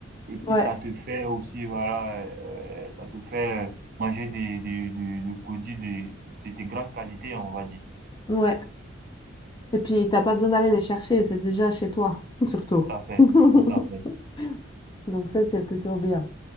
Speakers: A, on the right; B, on the left.
A: et puis
B: Ouais,
A: ça te fait aussi, voilà, euh, ça te fait euh, manger des, des, des, des produits de, de, de grande qualité, on va dire.
B: ouais. Et puis, t'as pas besoin d'aller les chercher, c'est déjà chez toi, surtout.
A: Tout à fait,
B: <laughs>
A: tout à fait.
B: Donc ça, c'est plutôt bien.